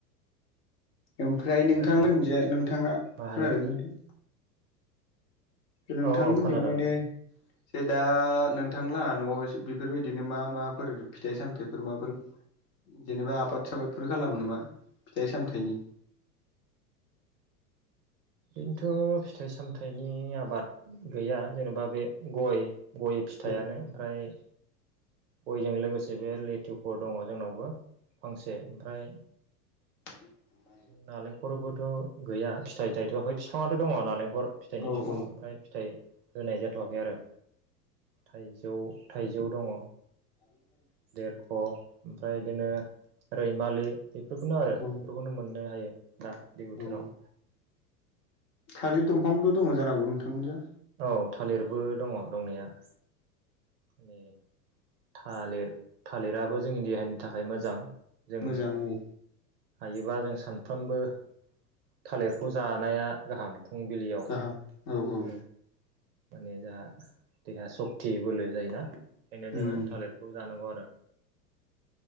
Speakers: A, on the left; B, on the right.
A: ओमफ्राय नोंथांमोन
B: आरो
A: जे नोंथाङा
B: मा होनो
A: खोनादोंमोन नोंथां। नोंथांमोननियाव
B: औ औ खोनादोंनो
A: माने जे दा नोंथांलाहा न'आव बेफोरबायदिनो मा माफोर फिथाइ सामथाइफोर माबाफोर जेनेबा आबाद साबादफोर खालामोबा फिथाइ सामथाइनि
B: बेनोथ' फिथाइ सामथाइनि आबाद गैया जेनेबा बे गय गय फिथाइनो
A: औ
B: ओमफ्राय गयजों लोगोसे बे लेथुफोर दङ जोंनावबो फांसे ओमफ्राय
A: बि
B: नालेंखरबोथ' गैया फिथाइ थायथ'वाखै बिफाङाथ' दङ नालेंखर फिथाइनि
A: औ
B: बिफां
A: औ
B: ओमफ्राय फिथाइ होनाय जाथ'वाखै आरो थाइजौ थाइजौ दङ।
A: आगोलोखाय <unintelligible>
B: देरख' ओमफ्राय बिदिनो रैमालि बेफोरखौनो आरो
A: औ
B: बेफोरखौनो मोननो हायो दा बे बोथोराव
A: औ थालिर दंफांथ' दङ जानांगौ नोंथांनिजों
B: औ थालिरबो दङ दंनाया। माने थालिर थालिराबो जोंनि देहानि थाखाय मोजां। जों
A: मोजां औ
B: हायोबा जों सानफ्रोमबो थालिरखौ जानाया गाहाम फुंबिलियाव
A: गाहाम औ औ।
B: उम माने जों देहा सक्ति बोलो जायोना बेखायनो जोङो
A: उम
B: थालिर बे जानांगौ आरो